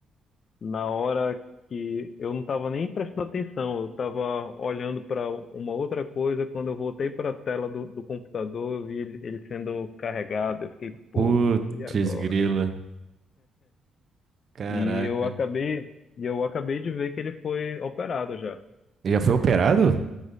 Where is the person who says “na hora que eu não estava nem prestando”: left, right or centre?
Left